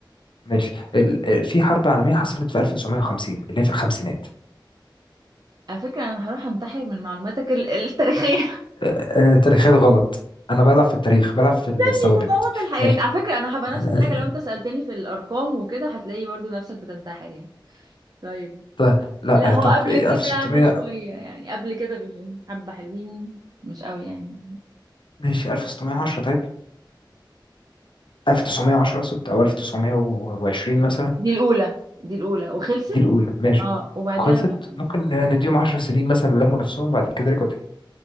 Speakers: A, on the left; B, on the right.
A: ماشي ال... آه، في حرب عالمية حصلت في 1950 اللي هي في الخمسينات
B: على فكرة أنا هروح أنتحر من معلوماتك ال- التاريخية <laughs>
A: آه... آه... تاريخيات غلط انا بلعب في التاريخ بلعب في الثوابت
B: دي صدمات الحياة
A: ماشي
B: انت على فكرة أنا هبقى
A: <laughs>
B: نفس الحاجة لو أنت سألتني في الأرقام وكده هتلاقي برضو نفسك بتنتحر يعني طيب
A: طيب لا
B: لا
A: آه،
B: هو
A: طب
B: قبل
A: 1600
B: كده بشوية يعني قبل كده بحبة حلوين مش قوي يعني
A: ماشي 1610 طيب 1910 اقصد او 1920 مثلا
B: دي الأولى دي الأولى وخلصت
A: دي الاولى ماشي
B: اه وبعديها
A: وخلصت
B: بقى
A: ممكن نديهم 10 سنين مثلا لموا نفسهم بعد كده رجعوا تاني